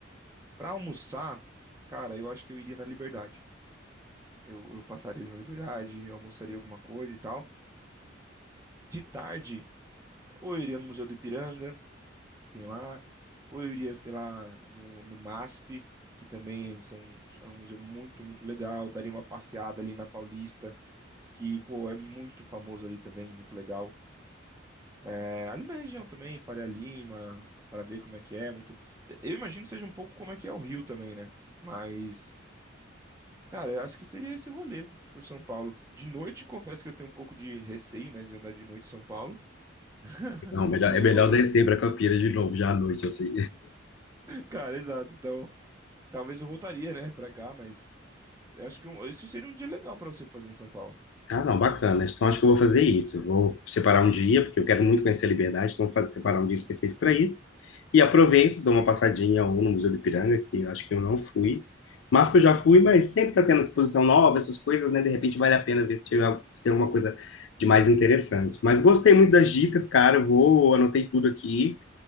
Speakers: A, on the right; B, on the left.
A: Pra almoçar, cara, eu acho que eu iria na Liberdade. Eu, eu passaria na Liberdade, eu almoçaria alguma coisa e tal. De tarde, ou eu iria no Museu do Ipiranga, que tem lá, ou eu iria, sei lá, no, no MASP, que também são, é um museu muito, muito legal, daria uma passeada ali na Paulista, que, pô, é muito famoso ali também, muito legal. É, ali na região também, Faria Lima, para ver como é que é, muito... Eu imagino que seja um pouco como é que é o Rio também, né? Mas... Cara, eu acho que seria esse rolê por São Paulo. De noite, confesso que eu tenho um pouco de receio, né, de andar de noite em São Paulo. <laughs>
B: Não, melhor,
A: Não sou.
B: é melhor descer para Campinas de novo já à noite, assim.
A: Cara, exato. Então, Talvez eu voltaria, né, pra cá, mas eu acho que um, esse seria um dia legal pra você fazer em São Paulo.
B: Ah, não, bacana. Então acho que eu vou fazer isso. Eu Vou separar um dia, porque eu quero muito conhecer a Liberdade, então vou fa- separar um dia específico para isso. E aproveito, dou uma passadinha ou no Museu do Ipiranga, que eu acho que eu não fui. Mas que eu já fui, mas sempre está tendo exposição nova, essas coisas, né? De repente vale a pena ver se, tiver, se tem alguma coisa de mais interessante. Mas gostei muito das dicas, cara. Eu Vou, anotei tudo aqui.